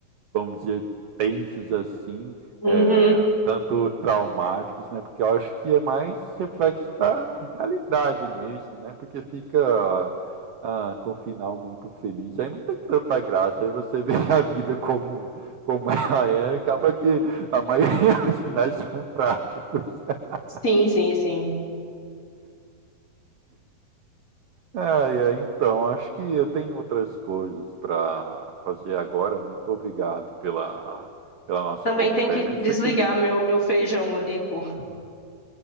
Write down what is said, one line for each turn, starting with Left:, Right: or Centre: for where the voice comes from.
Right: vamos dizer, tensos assim,
Left: Uhum.
Right: é, um tanto traumáticos, né? Porque eu acho que é mais reflexo da realidade mesmo, né? Porque fica ah, com o final muito feliz, aí não tem tanta graça, aí você <laughs> vê a vida como, como ela é, acaba que a maioria <laughs> dos finais são trágicos. <laughs>
Left: Sim, sim, sim.
Right: É, é, então, acho que eu tenho outras coisas para fazer agora. Muito obrigado pela, pela nossa
Left: Também
Right: conversa.
Left: tem que desligar
Right: Quem,
Left: meu, meu feijão ali, pô.